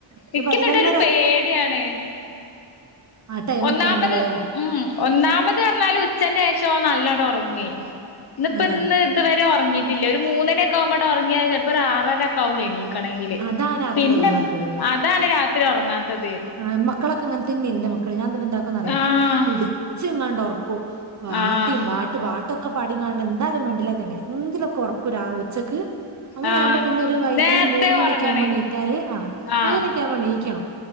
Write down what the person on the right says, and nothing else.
ഒരു
പതിനൊന്നര
ആ ടൈമൊക്കെ
ആകുമ്പോലെ
ആ
അതാ രാത്രി
ഉറങ്ങാത്തത്
ആഹ് മക്കളൊക്കെ അങ്ങൻ തന്നെ ന്റെ മക്കള് ഞാൻ ന്നട്ട് എന്താക്കുന്നറിയോ
പിടിച്ച്ങ്ങാണ്ട് ഒർക്കും പാട്ടിം
പാട്ട് പാട്ടോക്കെ പാടിങ്ങാണ്ട് ന്തായാലും മെണ്ടില്ല എങ്ങനെ എങ്കിലൊക്കെ ഒർക്കും രാ ഉച്ചക്ക് അങ്ങനെയാവുമ്പോ
പിന്നെ ഒര് വൈന്നേരം
ഒര് മൂന്ന് മണിയോക്കെ
ആവുമ്പോ ണീറ്റാല് ആ
മൂന്ന് മണിക്കെ ആവുമ്പോ എണീക്കണം